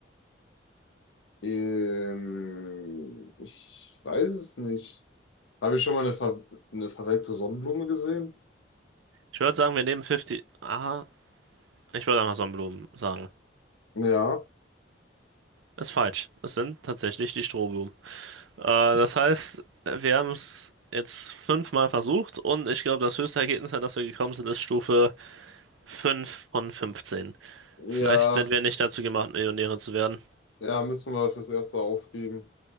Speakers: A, on the left; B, on the right.
A: Ähm, ich weiß es nicht. Habe ich schon mal eine, ver eine verwelkte Sonnenblume gesehen?
B: Ich würde sagen, wir nehmen 50. Aha, ich würde einfach Sonnenblumen sagen.
A: Ja.
B: Ist falsch. Es sind tatsächlich die Strohblumen. Äh, das heißt, wir haben es jetzt fünfmal versucht und ich glaube, das höchste Ergebnis, an das wir gekommen sind, ist Stufe 5 von 15. Vielleicht
A: Ja.
B: sind wir nicht dazu gemacht, Millionäre zu werden.
A: Ja, müssen wir fürs Erste aufgeben.